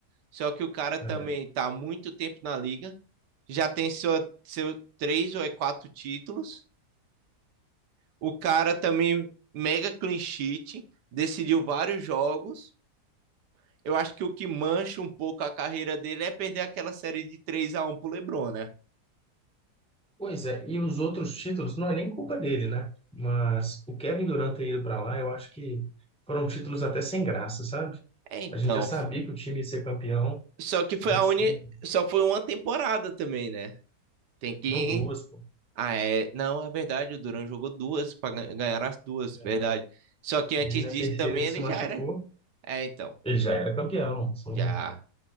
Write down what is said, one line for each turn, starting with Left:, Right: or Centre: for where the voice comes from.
Right: só que o cara também
Centre: É.
Right: tá há muito tempo na liga já tem seu, seu três ou é quatro títulos. O cara também mega clean sheet, decidiu vários jogos. Eu acho que o que mancha um pouco a carreira dele é perder aquela série de três a 1 pro LeBron, né?
Centre: Pois é, e os outros títulos não é nem culpa dele, né? Mas o Kevin Durant ter ido para lá, eu acho que foram títulos até sem graça, sabe?
Right: É, então,
Centre: A gente já sabia que o time ia ser campeão
Right: só que foi
Centre: antes
Right: a uni,
Centre: de.
Right: só foi uma temporada também, né? Tem que
Centre: Não duas, pô.
Right: ah, é, não, é verdade, o Duran jogou duas para ganhar as duas,
Centre: É,
Right: verdade. Só que antes
Centre: E aí na
Right: disso
Centre: terceira
Right: também
Centre: ele se
Right: ele
Centre: machucou.
Right: já era. É, então,
Centre: Ele já era campeão. Sim.
Right: já